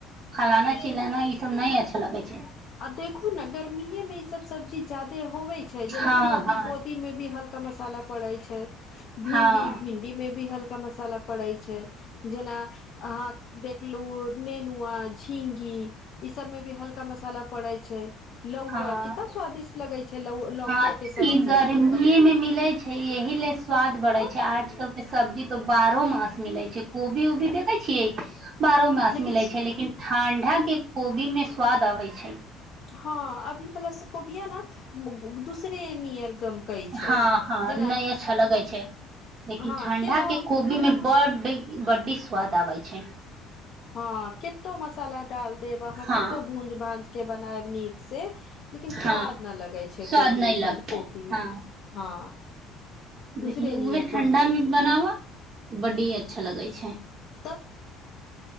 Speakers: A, on the right (about 45°); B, on the left (about 60°).
A: फलाना चिलाना इ सब नहि अच्छा लगे छै
B: आब देखू न गर्मीेये मे ई सब सब्जी ज्यादे होवे छै जेना
A: हँ
B: बोदी
A: हँ
B: बोदी मे भी हल्का मसाला पड़ै छै भिन्डी
A: हँ
B: भिन्डी मे भी हल्का मसाला पड़ै छै जेना अहाँक देखलु नेनुआ झिंगी ई सब मे भी हल्का मसाला पड़ै छै लौआ
A: हँ
B: कितना स्वादिष्ट लगै छै लौ लौका
A: हँ
B: के सब्जी
A: ई गर्मीए मे मिले छै एहि स्वाद बढ़े
B: तऽ
A: छै आजकल सब्जी तो बारहो मास मिलै छै कोबी ओबी देखे छियै बारहो मास
B: लेकिन
A: मिले छै लेकिन ठंडा के कोबी में स्वाद अबै छै
B: हँ अभी बला स कोबिया न उ उ दूसरे नियर गमकै छै
A: हँ हँ
B: जेना
A: नहि अच्छा लगै छै लेकिन
B: हँ
A: ठंडा
B: केनो
A: के कोबी में बड बड्डी स्वाद आवै छै
B: हँ केतो मसाला डाल देब अहाँ
A: हँ
B: केतो भूंज भांज के बनायब नीक से लेकिन स्वाद
A: हँ
B: नहि लगै छै
A: स्वाद
B: कोबी
A: नहि लगतै
B: बन्ध कोबी
A: हँ
B: हँ दूसरे
A: लेकिन उहे
B: नियर
A: ठण्डा
B: गमकै
A: मे
B: छै
A: बनाब बड्डी अच्छा लगै छै
B: तब